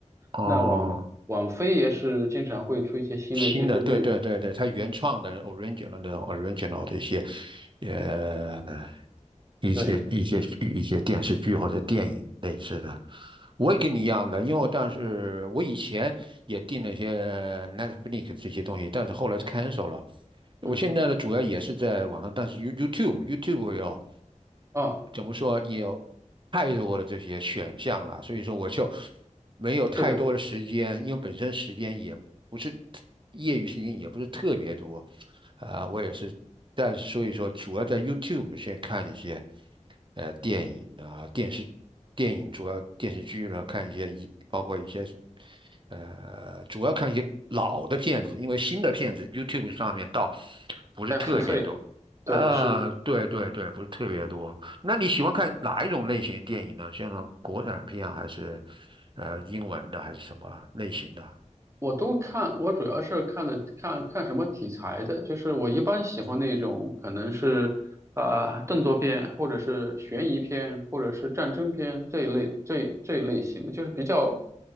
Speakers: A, on the right; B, on the right.
A: 哦。
B: 那网网飞也是经常会出一些新的电视剧，
A: 新的，对对对对，它原创的 original 那种 original 的一些，呃，一些一些一些电视剧或者电影类似的，
B: 对，
A: 我也跟你一样的，因为我当时我以前也订了一些 Netflix 这些东西，但是后来 cancel 了，我现在呢，
B: 嗯，
A: 主要也是在网上，但是 You YouTube，YouTube 有
B: 啊，
A: 怎么说，也有太多的这些选项了，所以说我就没有太多的时间，
B: 是的，
A: 因为本身时间也不是业余时间也不是特别多，啊、我也是，但是所以说主要在 YouTube 先看一些呃电影啊、电视、电影主要电视剧了，看一些一包括一些。呃，主要看一些老的片子，因为新的片子 YouTube 上面倒不是特别多。
B: 在付费，对，
A: 呃，
B: 是。
A: 对对对，不是特别多。那你喜欢看哪一种类型电影呢？像国产片啊还是呃英文的，还是什么类型的？
B: 我都看，我主要是看的看看什么题材的，就是我一般喜欢那种可能是啊、呃动作片，或者是悬疑片，或者是战争片这一类这这一类型的，就是比较